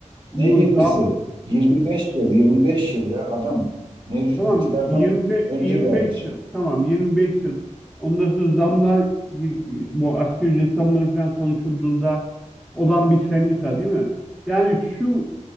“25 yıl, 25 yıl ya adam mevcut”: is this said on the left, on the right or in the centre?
Right